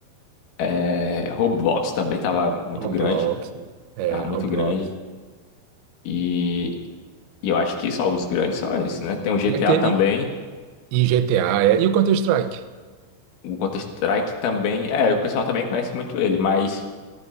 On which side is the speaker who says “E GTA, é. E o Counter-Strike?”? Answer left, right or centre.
Right